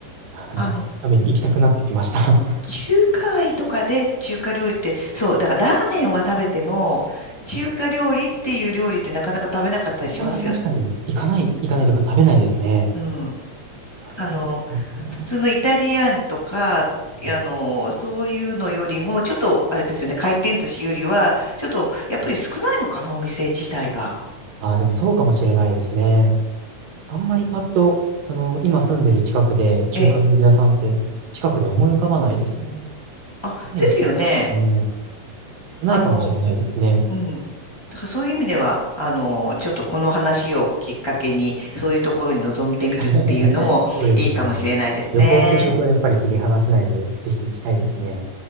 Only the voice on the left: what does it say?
あの、中華街とかで中華料理って、そう、だからラーメンは食べても、中華料理っていう料理ってなかなか食べなかったりしますよね。
うん。
あの、普通のイタリアンとか、あ
の、そういうのよりも、ちょっと、あれですよね、回転寿司よりは、ちょっと、やっぱり少ないのかな、お店自体が。
ええ。あ、
ですよね。
あの、うん。だからそういう意味では、あの、ちょっとこの話をきっかけに、そういうところに臨んでみるっていうのもいいかもしれないですね。